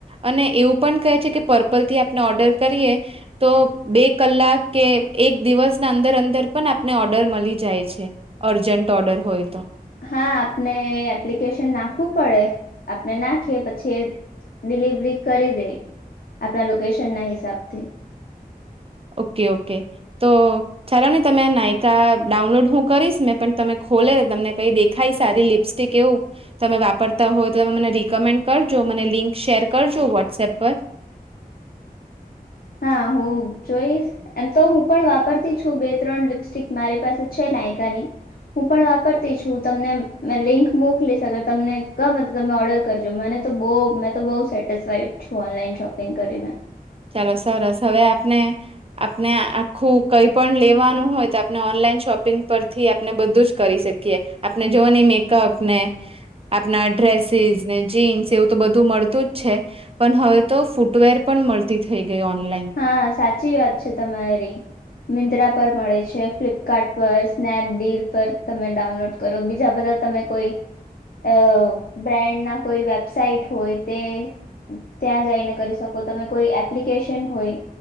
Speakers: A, on the right; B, on the left.
A: અને એવું પણ કહે છે કે પર્પલ થી આપણે ઓર્ડર કરીએ. તો બે કલાક કે એક દિવસની અંદર-અંદર પણ આપણને ઓર્ડર મળી જાય છે. અર્જન્ટ ઓર્ડર હોય તો.
B: હા, આપણે એપ્લિકેશન નાખવુ પડે. આપણે નાખીએ પછી. ડિલિવરી કરી દે, આપણા લોકેશનના હિસાબથી.
A: ઓકે ઓકે, તો. ચાલો ને તમે નાયકા ડાઉનલોડ હું કરીશ ને પણ તમે ખોલે ને તમને કઈ દેખાય સારી લિપ્સ ટિક એવું. તમે વાપરતા હોય તો તમે મને રિકમેન્ડ કરજો મને લિંક શેર કરજો વોટ્સએપ પર
B: હા હું જોઈશ. એમ તો હું પણ વાપરતી છું બે ત્રણ લિપસ્ટિક મારી પાસે છે નાયકાની હું પણ વાપરતી છું તમને મે લિંક મોકલીશ અગર તમને ગમે તો તમે ઓર્ડર કરજો મને તો બહુ મેં તો બહુ સેટિસફાઈડ છું ઓનલાઈન શોપિંગ કરીને.
A: સરસ સરસ હવે આપને. આપણે આખું કઈ પણ લેવાનું હોય તો આપણે ઓનલાઈન શોપિંગ પરથી આપણે બધું જ કરી શકી કીઈ આપને જોવો ને મેકપ ને. આપના ડ્રેસીસ ને જીન્સ એવું તો બધું મળતું જ છે પણ હવે તો ફૂટવેર પણ મળતી થઈ ગઈ ઓનલાઈન
B: હા સાચી વાત છે તમારી મિંત્રા પર મળે છે ફ્લિપકાર્ટ પર સ્નેપડીલ પર તમે ડાઉનલોડ કરો બીજા બધા તમે કોઈ અ બ્રેન્ડના કોઈ વેબસાાઈટ હોય તે ત્યાં જઈને કરી શકો તમે કોઈ એપ્લિકેશન હોય